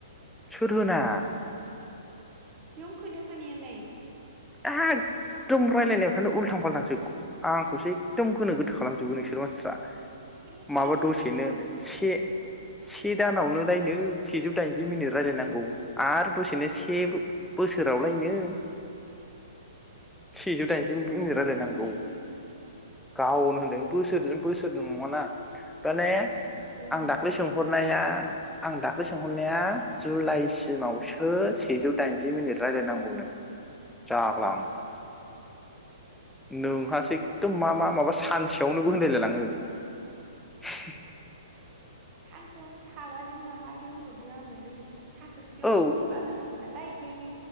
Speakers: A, in the centre; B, on the right.
A: सोर होना?
B: बेयावनो खोन्थाखानायालाय
A: एखदम रायजलायनायफ्रानो उल्थां फाल्थांसो आंखौसो एखदम गोनो गोथो खालामजोबो नोंसोर मानसिफ्रा
B: खोन्थाखादोंमोन
A: माबा दसेनो
B: माथो
A: से से दानावनोलायनो सेजौ दाइनजि मिनिट रायजलायनांगौ आरो दसेनो से बोसोरावलायनो सेजौ दाइनजि मिनिट
B: अबाव बोसोर
A: रायलायनांगौ
B: होनलायखो
A: गावनो होनदों बोसोरजों बोसोरजों नङना माने
B: बोसोराव होनाखै
A: आं दाख्लै
B: मा
A: सोंहरनाया आं दाख्लै सोंहरनाया जुलाइसिमावसो सेजौ दाइनजि मिनिट रायज्लायनांगौनो जाग्लां नोंहासो एखदम मा मा माबा सानसेयावनोबो होनलायलायलाङो ।
B: सानसेयावनो साबाजों नामा सो होनहरदों आङो नों हाथरखियावबो
A: औ
B: मोनबा होनांगौ नालाय <unintelligible>